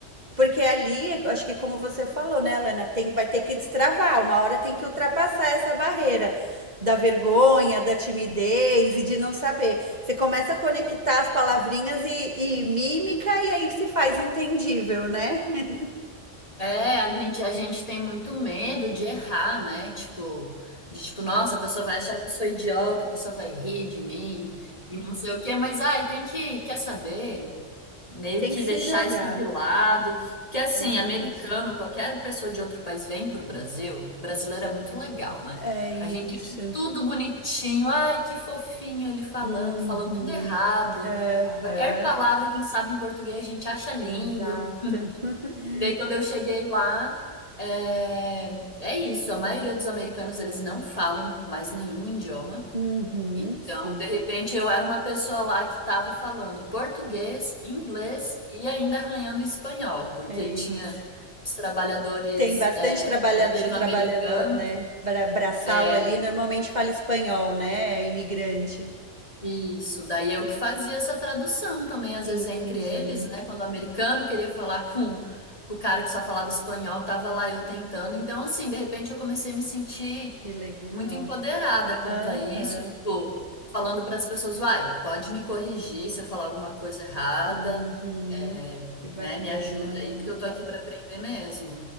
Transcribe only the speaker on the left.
É, a gente, a gente tem muito medo de errar, né? Tipo, de tipo, nossa, a pessoa vai achar que eu sou idiota, a pessoa vai rir de mim e não sei o quê, mas ai, tem que, quer saber? Meio
que
deixar
isso de lado. Porque assim,
americano,
qualquer pessoa de outro país vem pro Brasil, brasileiro é muito legal, né?
A gente acha tudo bonitinho, ai, que fofinho ele falando,
falando tudo errado. Qualquer
palavra que ele sabe em português, a gente acha lindo.
E daí, quando eu cheguei lá, é, é isso. A maioria dos americanos, eles não falam mais nenhum idioma.
Então,
de repente, eu era uma pessoa lá que estava falando português, inglês e ainda arranhando espanhol, porque
tinha
os trabalhadores
é,
latino-americanos.
é,
Isso, daí eu que fazia essa tradução também, às
vezes entre eles, né? Quando o americano queria falar com, com o cara que só falava espanhol, tava lá eu tentando. Então, assim, de repente eu comecei a me sentir
muito empoderada quanto
a isso, tipo, falando para as pessoas, uai, pode me corrigir se eu falar alguma coisa errada,
é,
né? Me ajuda
aí, porque eu tô aqui para aprender mesmo.